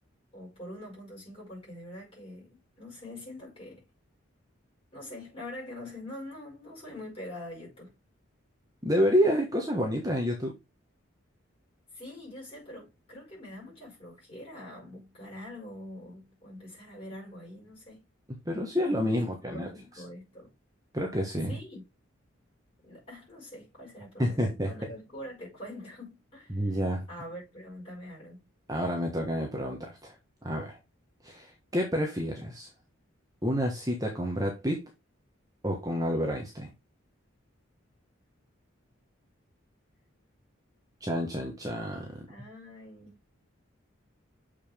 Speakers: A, on the left (about 25°); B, on the right (about 15°).
A: o por uno punto cinco porque de verdad que, no sé, siento que, no sé, la verdad que no sé, no, no, no soy muy pegada a YouTube.
B: Debería, hay cosas bonitas en YouTube,
A: Sí, yo sé, pero creo que me da mucha flojera buscar algo o empezar a ver algo ahí, no sé.
B: pero sí es
A: Es
B: lo
A: muy
B: mismo
A: psicológico
B: que en Netflix.
A: esto.
B: Creo que sí.
A: Sí, no ah, no sé, ¿cuál será el problema?
B: <laughs>
A: Cuando lo descubra te cuento. <laughs>
B: Ya,
A: A ver, pregúntame algo.
B: ahora me toca a mí preguntarte. A ver, ¿qué prefieres? ¿Una cita con Brad Pitt o con Albert Einstein? Chan, chan, chan.
A: Ay,